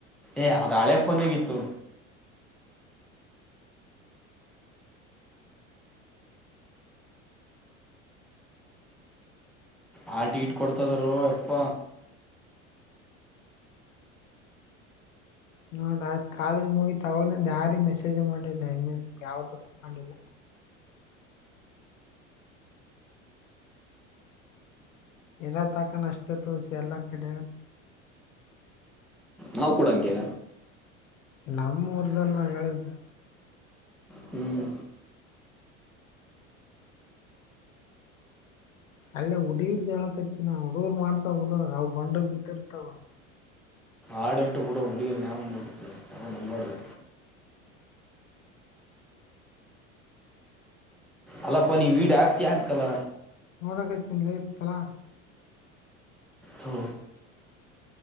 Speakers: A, in the centre; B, on the left.
A: ಏ ಅದು ಹಳೆ ಫೋನಗ್ಗಿತ್ತು ಹಾಲ್ ಟಿಕೀಟ್ ಕೊಡ್ತಾಯಿದಾರೋ ಯಪ್ಪ
B: ನೋಡ್ ಆ ಕಾಲೇಜ್ ಮುಗಿತು ಆವಾಗ್ಲಿಂದ ಯಾರಿಗ್ ಮೆಸೇಜ್ ಮಾಡಿಲ್ಲ ಎಮ್ ಎಸ್ ಯಾವುದಕು ಮಾಡಿಲ್ಲ ಇರತಂಕನ ಅಷ್ಟೆ ತೋರ್ಸ್ ಎಲ್ಲ ಕಡೆ.
A: ನಾವ್ ಕುಡಂಗೆ.
B: ನಮ್ಮು ಉರ್ದನ ನಾ ಹೇಳಿದ್ದ.
A: ಹ್ಮ್
B: ಅಲ್ಲೇ ಹುಡುಗಿರ್ದ ಹೇಳಕತ್ತಿನ ನಾ ಹುಡುಗೂರ್ ಮಾಡ್ತಾವ ಉಡಾಳ ಆವ್ ಬಂಡಗ್ ಬಿದ್ದಿರ್ತಾವ.
A: ಆಡಂಟ್ ಬುಡು ಅವ್ ಹುಡುಗೀರ್ನ ಯಾಕ್ ನಂಬತಿಯ ಅಲ್ಲಪ್ಪ ನೀ ವಿಡಿಯೋ ಹಾಕ್ತಿ ಹಾಕಲ್ಲ.
B: ಒದಕಾತೀನಿ ಇಲ್ಲೆ ಇತ್ತಲ್ಲ.
A: ಹೋ